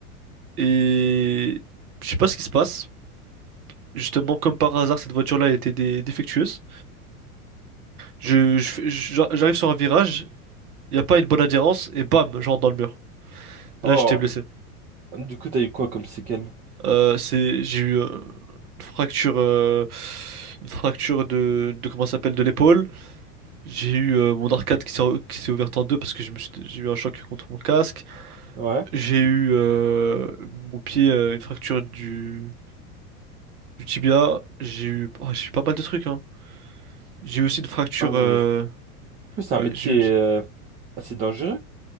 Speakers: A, on the right; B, on the right.
A: Et je sais pas ce qui se passe. Justement, comme par hasard, cette voiture-là était dé- défectueuse. Je, je fais- je- j'arrive sur un virage, il n'y a pas une bonne adhérence, et bam, je rentre dans le mur.
B: Oh,
A: Là, j'étais blessé.
B: du coup, t'as eu quoi comme séquelles?
A: Euh, c'est, j'ai eu euh, une fracture, euh, une fracture de, de comment ça s'appelle, de l'épaule. J'ai eu euh, mon arcade qui s'est qui s'est ouverte en deux parce que je me suis- j'ai eu un choc contre mon casque.
B: Ouais.
A: J'ai eu euh, mon pied, euh, une fracture du, du tibia. J'ai eu, oh, j'ai eu pas mal de trucs, hein. J'ai eu aussi une fracture,
B: Ah ouais.
A: euh,
B: En plus, C'est un
A: ouais,
B: métier
A: j'ai eu, aussi-
B: euh, assez dangereux.